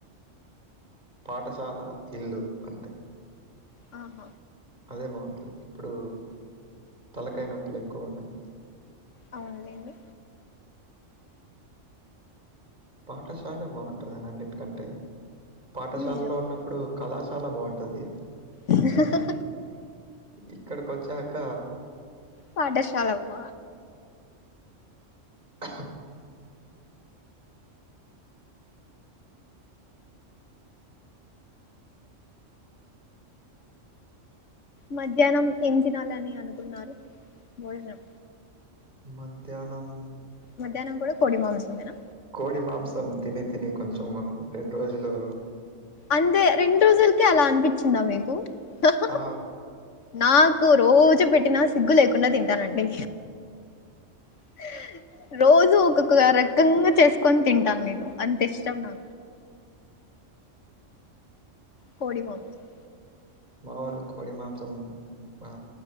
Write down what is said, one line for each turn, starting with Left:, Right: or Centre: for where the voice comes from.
Right: పాఠశాల ఇల్లు అంతే
Left: అహ
Right: అదే బావుంటది ఇప్పుడు తలకాయ నొప్పులు ఎక్కువున్నయ్
Left: అవున్లేండి
Right: పాఠశాలే బావుంటదండి అన్నిటికంటే పాఠశాలలో
Left: నిజమే
Right: ఉన్న ఇప్పుడు కళాశాల బావుంటది
Left: ఎ సార్
Right: ఇక్కడికొచ్చాక
Left: పాఠశాలకు ప
Right: అహ్హు
Left: మద్యానం ఏం తినాలని అనుకున్నారు బొజ్నం
Right: మద్యానం
Left: మద్యానం కూడ కోడి మాంసమేనా
Right: కోడి మాంసం తిని తిని కొంచెము మన రెండ్రోజులు
Left: అంతే రెండు రోజులకే అలా అనిపించిందా మీకు హ
Right: ఆ
Left: నాకు రోజు పెట్టినా సిగ్గు లేకుండా తింటానండి అ రోజూ ఒక్కక్క రకంగా చేసుకొని తింటాను నేను అంత ఇష్టం నా కోడి మాంసం
Right: మాముూలు కోడి మాంసం ఆ